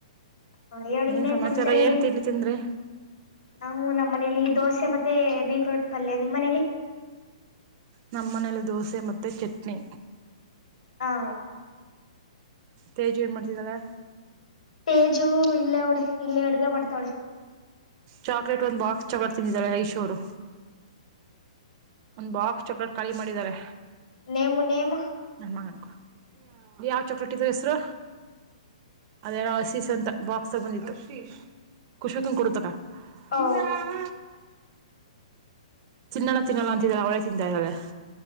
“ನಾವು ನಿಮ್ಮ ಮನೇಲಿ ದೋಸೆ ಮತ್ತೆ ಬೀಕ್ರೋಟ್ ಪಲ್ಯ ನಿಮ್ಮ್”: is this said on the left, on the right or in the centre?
Left